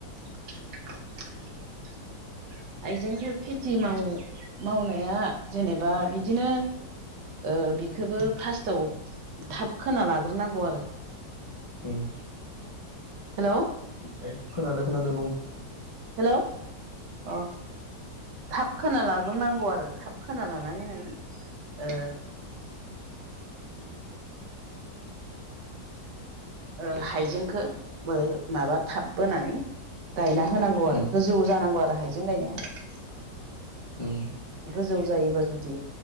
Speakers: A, on the right; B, on the left.
A: <inaudible> हाइजेंखौ खेथि माव-मावनाया जेनेबा बिदिनो ओ बिखोबो फार्स्टआव थाब खोना लाग्रोनांगौ आरो
B: उम
A: हेल'
B: ओमफ्राय खोनादो खोनादो बुं
A: हेल' अ थाब खोना लाग्रोनांगौ आरो थाब खोना लानानै नोङो ओ ओ हाइजेंखो बो माबा थाब बोनानै गायना होनांगौ आरो
B: उम
A: गोजौ जानांगौ आरो हाइजें गायनाया
B: उम
A: गोजौ जायोबा जुदि